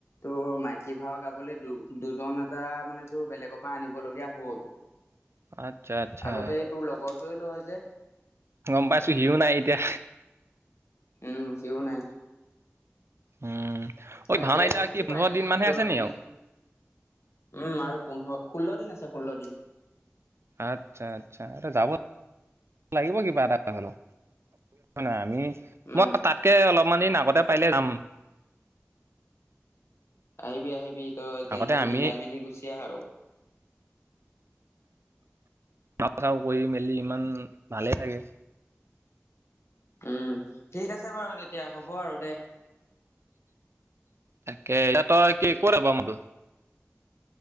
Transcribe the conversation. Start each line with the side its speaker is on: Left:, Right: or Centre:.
Left: তোৰ মাই ৰাতি ভাও <unintelligible> গাবলৈ দু দুজন এটা মানো বেলেগৰ পৰা আনিব লগীয়া হল।
Right: আচ্ছা আচ্ছা
Left: আগতে তোৰ লগৰটোৱে লয় যে
Right: গম পাইছো সিও নাই এতিয়া
Left: উম সিও নাই।
Right: উম ঐ
Left: তাকে
Right: ভাওনা এতিয়া
Left: আহিবি
Right: কি পোন্ধৰ
Left: পাৰিলে
Right: দিন মানহে
Left: তই
Right: আছে নি
Left: যদি
Right: আৰু
Left: উম আৰু পোন্ধৰ ষোল্ল দিন আছে ষোল্ল দিন।
Right: আচ্ছা আচ্ছা এটা যাব লাগিব কিবা এটা হলেও নাই আমি
Left: উম
Right: মই তাতকে অলপমান দিন আগতে পাৰলে যাম।
Left: আহিবি আহিবি তই যেন
Right: আগতে
Left: তেন
Right: আমি
Left: মিলাই মেলি গুচি আহা আৰু।
Right: খাওঁ চাও কৰি মেলি ইমান ভালেই লাগে।
Left: উম ঠিক আছে বাৰু তেতিয়া হ'ব আৰু দে
Right: তাকে এতিয়া তই কি কত ব ম তু <unintelligible>